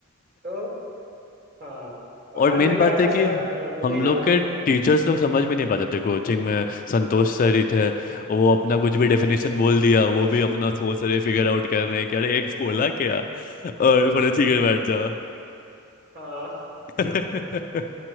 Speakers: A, on the right; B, on the left.
A: तो हाँ तो
B: और
A: हर
B: मेन
A: जगह
B: बात है
A: ऐसा
B: कि
A: अ, मिल
B: हम
A: ही जाते
B: लोग के
A: हैं लोग
B: टीचर्स लोग समझ में नहीं पाते थे कोचिंग में संतोष सर ही थे वो अपना कुछ भी डेफिनेशन बोल दिया वो भी अपना सोच रहे फिगर आउट कर रहे हैं कि अरे एक बोला क्या और बोले ठीक है बैठ जाओ
A: हाँ
B: <laughs>
A: <laughs>